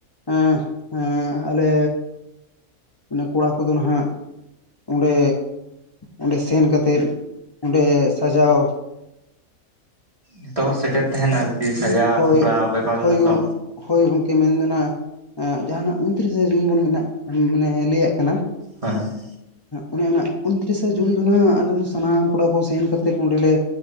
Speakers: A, on the left (about 25°); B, on the right (about 25°).
A: ᱮᱸᱦ ᱮᱸ ᱟᱞᱮ ᱢᱟᱱᱮ ᱠᱚᱲᱟ ᱠᱚᱫᱚ ᱱᱟᱦᱟᱸᱜ ᱚᱸᱰᱮ ᱚᱸᱰᱮ ᱥᱮᱱ ᱠᱟᱛᱮᱫ ᱚᱸᱰᱮ ᱥᱟᱡᱟᱣ
B: ᱡᱚᱛᱚ ᱦᱚᱲ ᱥᱮᱴᱮᱨ ᱛᱟᱦᱮᱱᱟ ᱟᱨᱠᱤ ᱥᱟᱡᱟᱣ
A: ᱦᱳᱭ
B: ᱥᱟᱯᱲᱟᱣ ᱵᱮᱯᱟᱨ
A: ᱦᱳᱭ
B: ᱢᱮᱱᱟᱜᱼᱟ ᱛᱚ᱾
A: ᱦᱳᱭ ᱜᱚᱢᱠᱮ ᱢᱮᱱ ᱫᱚ ᱱᱟᱦᱟᱸᱜ ᱡᱟᱦᱟᱸᱱᱟᱜ ᱩᱱᱛᱨᱤ ᱥᱮ ᱡᱩᱱ ᱵᱚᱱ ᱢᱮᱱᱟᱜ ᱠᱟᱱ ᱢᱟᱱᱮ ᱞᱟᱹᱭᱟᱜ ᱠᱟᱱᱟ᱾
B: ᱦᱳᱭ <inaudible>
A: ᱚᱱᱟᱦᱟᱸᱜ ᱚᱱᱟ ᱩᱱᱛᱨᱤᱥᱮ ᱡᱩᱱ ᱫᱚ ᱱᱟᱦᱟᱸᱜ ᱟᱞᱮ ᱫᱚ ᱥᱟᱱᱟᱢ ᱠᱚᱲᱟ ᱠᱚ ᱥᱮᱱ ᱠᱟᱛᱮᱫ ᱚᱸᱰᱮ ᱞᱮ